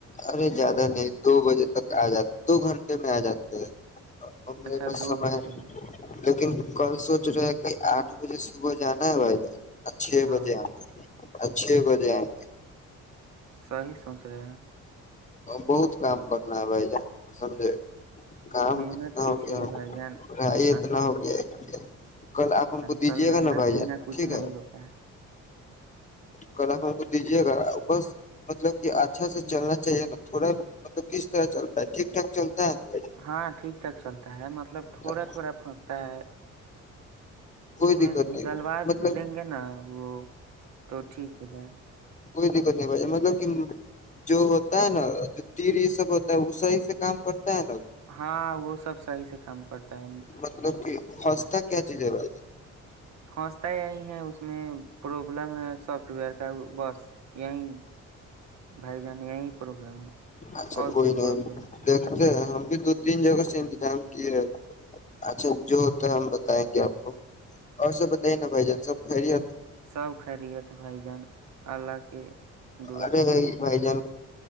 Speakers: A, on the left (about 25°); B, on the right (about 65°).
A: ارے زیادہ نہیں دو بجے تک آ جا <inaudible> دو گھنٹے میں آ جاتے ہیں اور وہ میر
B: اچھا
A: کا
B: دو
A: سے
B: گھنٹے میں
A: <inaudible> لیکن کل سوچ رہے ہیں کہ آٹھ بجے صبح جانا ہے بھائی جان چھ
B: ہاں
A: بجے آ کر اچھے بجائے <inaudible>
B: صحیح سوچ رہے ہیں
A: بہت کام کرنا ہے بھائی جان سمجے کام
B: محنت
A: اتنا
B: کیجیے
A: ہو گیا
B: بھائی جان
A: پڑھائی اتنا
B: آج کل
A: ہو گیا ہے کل آپ ہم
B: آج
A: کو دیجیے
B: کل محنت
A: گا نا بھائی
B: بنا
A: جان
B: کچھ
A: ٹھیک
B: نہیں
A: ہے
B: ہوتا ہے
A: کلپ ہم کو دیجیے گا بس مطلب کہ اچھا سے چلنا چاہیے نا تھوڑا مطلب کس طرح چلتا ہے ٹھیک ٹھاک چلتا ہے نا بھائی
B: ہاں ٹھیک ٹک چلتا ہے مطلب تھوڑا
A: جان
B: تھوڑا پھنستا ہے
A: کوئی
B: اس میں
A: دقت نہیں
B: ڈلوار
A: مطلب
B: دیں گے نا وہ تو ٹھیک ہے س
A: کوئی دقت نہیں ب مطلب کہ جو ہوتا ہے نا جو تیر یہ سب ہوتا ہے وہ صحیح سے کام کرتا ہے نا
B: ہاں وہ سب صحیح سے کام کرتا ہے
A: مطلب کہ فج تک کیا چیزیں ہے
B: پھنستا یہی ہے اس میں پروبلم ہے سافٹ ویئر کا بس یہی بھائی جان یہی پروبلم ہے
A: اچھا
B: اور
A: کوئی
B: کچھ
A: نہیں
B: پرابلم ہے۔
A: دیکھتے ہیں ہم بھی دو تین جگہ سے انتظام کیےے اچھا جو ہوتا ہے ہم بتائیں گے آپ کو اور سب بتائیے نا بھائی جان سب خری
B: سب خریت بھائی جان اللہ کے دعا
A: ارے
B: سے سب ٹھیک
A: بائی جان